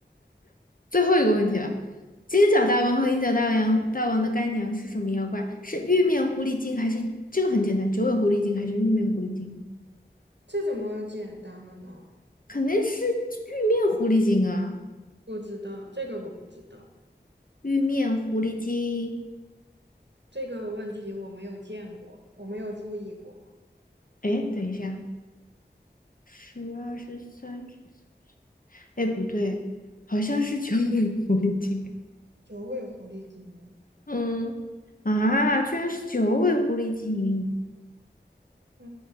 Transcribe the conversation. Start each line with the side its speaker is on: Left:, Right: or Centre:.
Left: 最后一个问题了，金角大王和银角大王大王的干娘是什么妖怪？是玉面狐狸精还是这个很简单，九尾狐狸精还是玉面狐狸精？
Right: 这怎么简单了呢？
Left: 肯定是玉面狐狸精啊，
Right: 不知道，这个我不知道，
Left: 玉面狐狸精。
Right: 这个问题我没有见过，我没有注意过。
Left: 哎，等一下，十二十三十四，哎，不对，好像是九尾狐狸精。
Right: 九尾狐狸精吗？
Left: 嗯，啊，居然是九尾狐狸精，
Right: 哦，